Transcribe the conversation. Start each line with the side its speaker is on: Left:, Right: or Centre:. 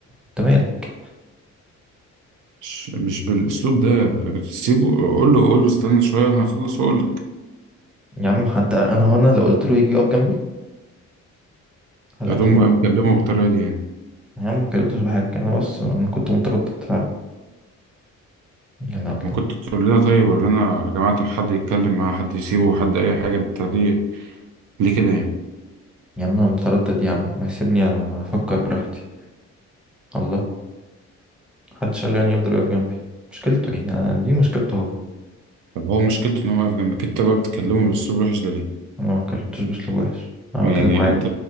Centre: انت مالك
Right: مش مش بالأسلوب ده سيبه قول له قول له استنى شوية أنا هخلص وأقول لك
Centre: يا عم حتى انا هو انا لو قلت له يجي يقف جنبي هل
Right: فتقوم
Centre: انا اللي قلت
Right: بقى مكلمه بالطريقة دي يعني
Centre: يا عم ما كلمتوش بحاجة انا بس انا كنت متردد فعلا يعني الله
Right: ما كنت تقول لها طيب ولا أنا يا جماعة طب حد يتكلم معاه حد يسيبه حد أي حاجة أنت ليه ليه كده يعني
Centre: يا عم انا متردد يا عم ما سيبني افكر براحتي الله محدش قال لي يعني يفضل واقف جنبي مشكلته يعني أنا- دي مشكلته هو
Right: طب هو مشكلته إن هو واقف جنبك أنت بقى بتكلمه بأسلوب وحش ده ليه؟
Centre: انا ما كلمتوش باسلوب وحش انا
Right: يعني
Centre: بكلمه عادي
Right: أنت